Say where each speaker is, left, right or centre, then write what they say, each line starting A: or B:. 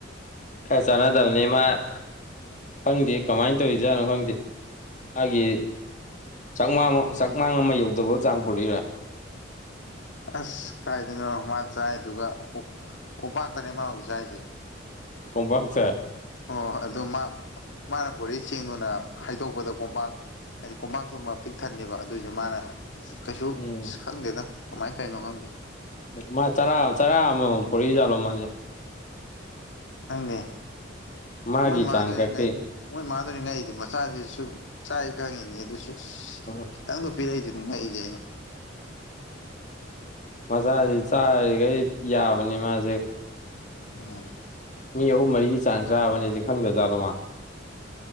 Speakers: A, on the left; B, on the left.
A: ꯈꯔ ꯆꯥꯟꯅꯗꯕꯅ ꯦ ꯃꯥꯅ ꯈꯪꯗꯦ ꯀꯃꯥꯏꯅ ꯇꯧꯔꯤꯖꯥꯠꯅꯣ ꯈꯪꯗꯦ ꯃꯥꯒꯤ ꯆꯥꯛꯃꯥꯡ ꯆꯥꯛꯃꯥꯡ ꯑꯃ ꯌꯧꯗꯕ ꯆꯥꯡ ꯄꯨꯔꯛꯏꯕ
B: ꯑꯁ ꯀꯥꯏꯗꯣꯏꯅꯣ ꯃꯥꯥꯟ ꯆꯥꯏꯗꯨꯒ ꯎꯣꯝꯄꯥꯛꯇꯅ ꯃꯥ ꯍꯧꯖꯤꯛ ꯆꯥꯏꯁꯦ
A: ꯀꯨꯝꯄꯥꯛꯇ
B: ꯑꯣꯣꯏ ꯑꯗꯨ ꯃꯥꯅ ꯄꯨꯣꯔꯛꯏ ꯆꯦꯡꯗꯨꯅ ꯍꯥꯏꯗꯣꯛꯄꯗ ꯀꯣꯡꯄꯥꯛ ꯍꯥꯏꯗꯤ ꯀꯣꯝꯄꯥꯛꯇꯨꯝꯃꯥ ꯄꯤꯛ ꯊꯟꯅꯦꯕ ꯑꯗꯨꯑꯣꯏꯁꯨ ꯃꯥꯅ ꯀꯩꯁꯨ
A: ꯎꯝ
B: ꯈꯪꯗꯦꯗ ꯀꯃꯥꯏꯅ ꯇꯧꯔꯤꯅꯣ ꯈꯪꯗꯦ
A: ꯃꯥ ꯆꯔꯥ ꯆꯔꯥ ꯑꯃ ꯃꯝ ꯄꯨꯔꯛꯖꯥꯠꯂꯣ ꯃꯥꯁꯦ
B: ꯈꯪꯗꯦ
A: ꯃꯥꯒꯤ
B: ꯃꯣꯏ ꯃꯥꯗꯨꯗꯤ
A: ꯆꯥꯡ ꯈꯛꯀꯤ
B: ꯀꯥꯏ ꯃꯣꯏ ꯃꯥꯗꯨꯅꯤ ꯉꯥꯛꯏꯗꯤ ꯃꯆꯥꯁꯤꯁꯨ ꯆꯥꯏ ꯈꯪꯉꯤꯅꯦ ꯑꯗꯨꯁꯨ
A: ꯎꯝ
B: ꯈꯪꯇꯛ ꯗꯣ ꯄꯤꯔꯛꯏꯗꯨꯅꯤ ꯉ ꯑꯩꯁꯦ
A: ꯃꯆꯥꯁꯤ ꯆꯥꯔꯤꯈꯩ ꯌꯥꯕꯅꯤ ꯃꯥꯁꯦ
B: ꯎꯝ
A: ꯃꯤ ꯑꯍꯨꯝ ꯃꯔꯤꯒꯤ ꯆꯥꯡ ꯆꯥꯕꯅꯦꯁꯦ ꯈꯪꯗ꯭ꯔꯖꯥꯗꯣꯃ